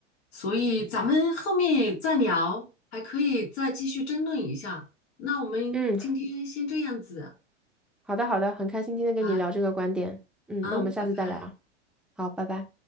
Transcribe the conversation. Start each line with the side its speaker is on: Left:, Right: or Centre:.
Left: 所以咱们后面再聊，还可以再继续争论一下。那我们今天先这样子。
Centre: 嗯，好的好的，很开心今天跟你聊这个观点。
Left: 好啊，
Centre: 嗯，
Left: 嗯，
Centre: 那我们下次再聊。
Left: 拜拜。
Centre: 好，拜拜。